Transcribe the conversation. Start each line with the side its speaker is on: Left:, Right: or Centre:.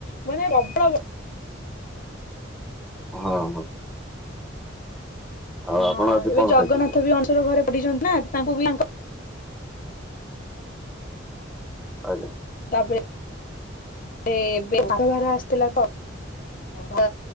Left: ମାନେ ପ୍ରବଳ
Centre: ହଁ ହଁ। ଆଉ ଆପଣ
Left: ହଁ
Centre: ଆଜି
Left: ଏବେ
Centre: କଣ
Left: ଜଗନ୍ନାଥ
Centre: ଖାଇଛନ୍ତି
Left: ବି ଅଣସର ଘରେ ପଡିଛନ୍ତି ନା ତାଙ୍କୁ ବି ଆଙ୍କ
Centre: ଆଜ୍ଞା।
Left: ତାପରେ ଏବେ ଶାଦଭାର ଆସିଥିଲା ତ। ଭା